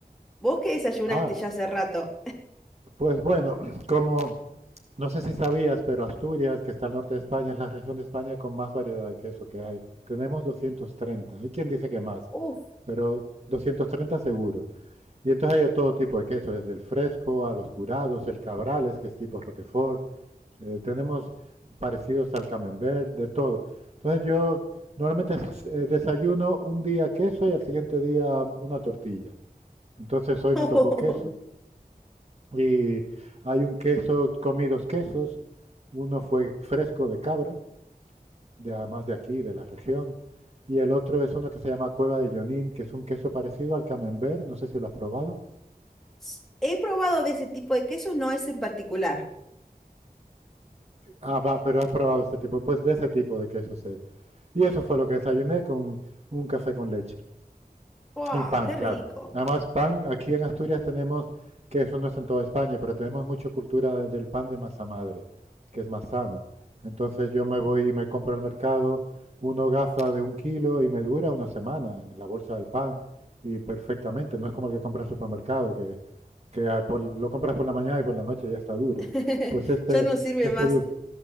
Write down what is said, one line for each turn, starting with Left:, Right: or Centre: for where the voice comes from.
Centre: ¿Vos qué desayunaste
Right: Ah,
Centre: ya hace rato?
Right: pues bueno, <clears throat> como no sé si sabías, pero Asturias, que está al norte de España, es la región de España con más variedad de queso que hay. Tenemos 230. Hay quien dice que más,
Centre: Uf.
Right: pero 230 seguro. Y entonces hay de todo tipo de queso, desde el fresco a los curados, el cabrales, que es tipo Roquefort. Eh, tenemos parecidos al camembert, de todo. Entonces yo normalmente eh, desayuno un día queso y al siguiente día um, una tortilla. Entonces hoy
Centre: <laughs>
Right: me tocó queso y hay un queso, comí dos quesos. Uno fue fresco de cabra, de, además de aquí, de la región. Y el otro es uno que se llama Cueva de Jonín, que es un queso parecido al camembert, no sé si lo has probado.
Centre: S- He probado de ese tipo de quesos, no es en particular.
Right: Ah, va, pero has probado este tipo, pues de ese tipo de quesos es. Y eso fue lo que desayuné con un café con leche.
Centre: ¡Fua!
Right: Y pan,
Centre: ¡Qué
Right: claro.
Centre: rico!
Right: Además, pan, aquí en Asturias tenemos, que eso no es en toda España, pero tenemos mucha cultura de- del pan de masa madre, que es más sano. Entonces yo me voy y me compro al mercado una hogaza de un kilo y me dura una semana en la bolsa del pan y perfectamente. No es como el que compra al supermercado, que, que ah, por- lo compras por la mañana y por la noche ya está duro.
Centre: <laughs>
Right: Pues este,
Centre: Ya no sirve
Right: este,
Centre: más.
Right: du-